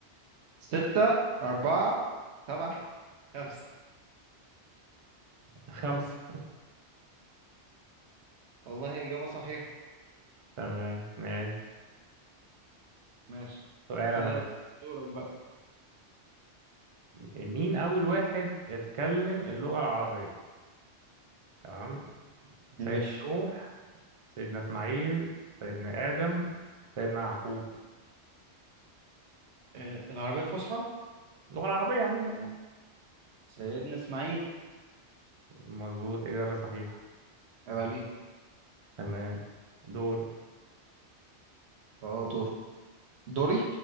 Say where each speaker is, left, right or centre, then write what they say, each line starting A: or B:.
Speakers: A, on the right; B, on the right.
A: ستة أربعة سبعة خمسة
B: <laughs> خمسة
A: والله إجابة صحيحة
B: تمام ماشي
A: ماشي
B: سؤال انا
A: كده
B: بقى
A: يبقى دورك بقى
B: مين اول واحد اتكلم اللغة العربية تمام سيدنا
A: ماشي
B: نوح سيدنا إسماعيل سيدنا آدم سيدنا يعقوب
A: آه، العربية الفصحى
B: اللغة العربية عموما يعني
A: سيدنا إسماعيل
B: مظبوط إجابة صحيحة
A: عيب عليك
B: تمام دور
A: اه دور دوري